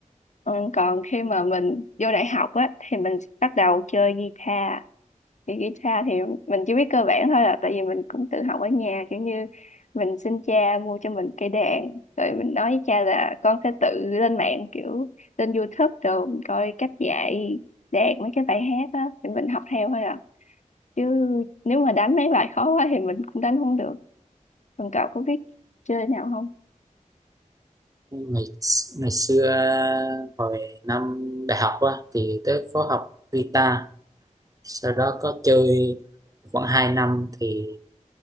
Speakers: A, on the left (about 60°); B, on the right (about 25°).
A: Ừ, còn khi mà mình vô đại học á, thì mình bắt đầu chơi guitar. Thì guitar thì mình chỉ biết cơ bản thôi là tại vì mình cũng tự học ở nhà. Kiểu như mình xin cha mua cho mình cây đàn. Rồi mình nói với cha là con sẽ tự lên mạng kiểu lên YouTube rồi mình coi cách dạy đàn mấy cái bài hát á. Thì mình học theo thôi à. Chứ nếu mà đánh mấy bài khó quá thì mình cũng đánh không được. Còn cậu có biết chơi nào không?
B: ngày ngày xưa hồi năm đại học á, thì tớ có học guitar sau đó có chơi khoảng 2 năm thì